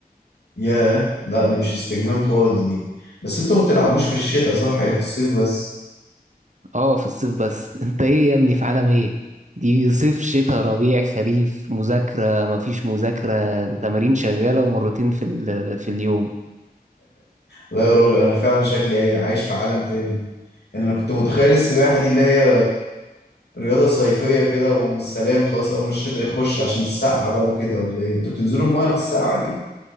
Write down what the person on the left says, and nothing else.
ياه لا دي مش استجمام خالص دي بس انتوا ما بتلعبوش في الشتاء صح هي في الصيف بس
لا يا راجل انا فعلا شكلي إيه، عايش في عالم تاني يعني انا كنت متخيل السباحة دي اللي هي رياضة صيفية كده والسلام خلاص أول ما الشتاء يخش عشان السقعة بقى وكده ولا إيه؟ أنتوا بتنزلوا المايه في السقعة دي؟